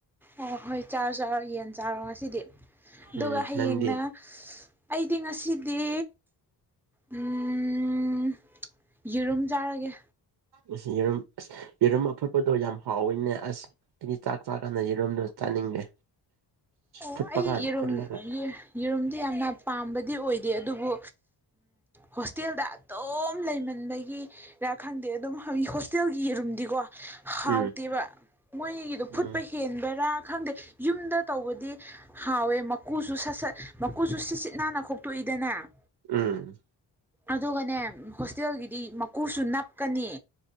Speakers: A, in the centre; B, on the right (about 60°).
A: ꯑꯣ ꯍꯣꯏ ꯆꯥꯔ ꯆꯥꯔꯣ ꯌꯦꯟ ꯆꯥꯔꯣ ꯉꯁꯤꯗꯤ ꯑꯗꯨꯒ
B: ꯎꯝ
A: ꯍꯌꯦꯡꯅ
B: ꯅꯪꯗꯤ
A: ꯑꯩꯗꯤ ꯉꯁꯤꯗꯤ ꯎꯝ ꯌꯦꯔꯨꯝ ꯆꯥꯔꯒꯦ
B: ꯑꯁ ꯌꯦꯔꯨꯝ ꯑꯁ ꯌꯦꯔꯨꯝ ꯑꯐꯨꯠꯄꯗꯣ ꯌꯥꯝ ꯍꯥꯎꯋꯤꯅꯦ ꯑꯁ ꯁꯤꯗꯤ ꯆꯥꯛ ꯆꯥꯛꯀꯥꯟꯗꯗꯤꯔꯣꯝꯗ ꯆꯥꯅꯤꯡꯗꯦ
A: ꯑꯣ
B: ꯐꯨꯠꯄ
A: ꯑꯩ
B: ꯀꯥꯟ
A: ꯌꯦꯔꯨꯝ
B: ꯐꯨꯠꯂꯒ
A: ꯌꯦꯔꯨꯝꯗꯤ ꯌꯥꯝꯅ ꯄꯥꯝꯕꯗꯤ ꯑꯣꯏꯗꯦ ꯑꯗꯨꯕꯨ ꯍꯣꯁꯇꯦꯜꯗ ꯑꯗꯨꯝ ꯂꯩꯃꯟꯕꯒꯤꯔꯥ ꯈꯪꯗꯦ ꯑꯗꯨꯝ ꯍꯣꯁꯇꯦꯜꯒꯤ ꯔꯨꯝꯗꯤꯀꯣ ꯍꯥꯎꯇꯦꯕ
B: ꯎꯝ
A: ꯃꯣꯏꯒꯤꯗ
B: ꯎꯝ
A: ꯐꯨꯠꯄ ꯍꯦꯟꯕꯔꯥ ꯈꯪꯗꯦ ꯌꯨꯝꯗ ꯇꯧꯕꯗ ꯗꯤ ꯍꯥꯎꯋꯦ ꯃꯀꯨꯁꯨ ꯁꯠ ꯁꯠ ꯃꯀꯨꯁꯨ ꯁꯤꯠ ꯁꯤꯠ ꯅꯥꯟꯅ ꯈꯣꯛꯇꯣꯛꯏꯗꯅ
B: ꯎꯝ
A: ꯑꯗꯨꯒꯅꯦ ꯍꯣꯁꯇꯦꯜꯒꯤꯗꯤ ꯃꯀꯨꯁꯨ ꯅꯞꯀꯅꯤ